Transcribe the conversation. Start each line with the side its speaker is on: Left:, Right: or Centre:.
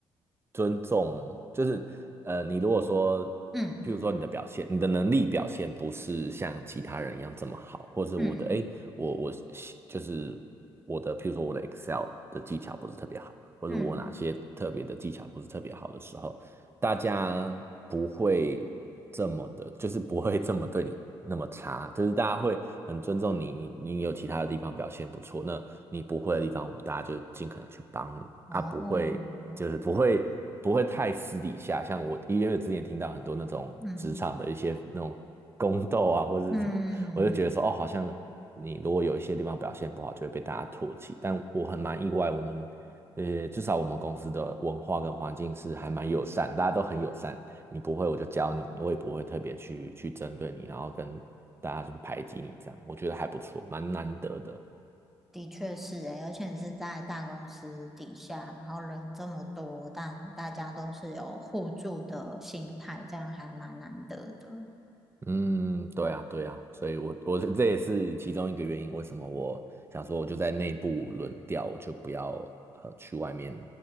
Right: 尊重，就是呃，你如果说，
Centre: 嗯
Right: 譬如说你的表现，你的能力表现不是像其他人一样这么好，或是我的，
Centre: 嗯
Right: 诶，我我喜就是我的，譬如说我的 Excel 的技巧不是特别好，或者我哪些特别的技巧不是特别好的时候，
Centre: 嗯。
Right: 大家不会这么的，就是不会这么对你那么差，就是大家会很尊重你，你你有其他的地方表现不错，那你不会的地方，我们大家就尽可能去帮你啊，
Centre: 哦，
Right: 不会就是不会不会太私底下，像我因为之前听到很多那种职场的一些那种宫斗啊或者是什么，
Centre: 嗯嗯，
Right: 我就觉得说哦，好像你如果有一些地方表现不好，就会被大家唾弃，但我很蛮意外，我们呃，至少我们公司的文化跟环境是还蛮友善，大家都很友善。你不会我就教你，我也不会特别去去针对你，然后跟大家就是排挤你这样，我觉得还不错，蛮难得的。
Centre: 的确是诶，而且是在大公司底下，然后人这么多，但大家都是有互助的心态，这样还蛮难得的。
Right: 嗯，对啊，对啊，所以我我这也是其中一个原因，为什么我想说我就在内部轮调，我就不要呃去外面